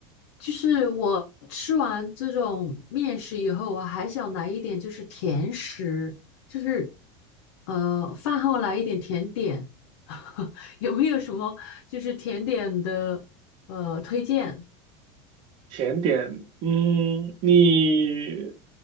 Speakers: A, on the left (about 65°); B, on the right (about 35°).
A: 就是我吃完这种面食以后，我还想来一点就是甜食，就是呃，饭后来一点甜点，<laughs> 有没有什么就是甜点的呃推荐？
B: 甜甜点，嗯，你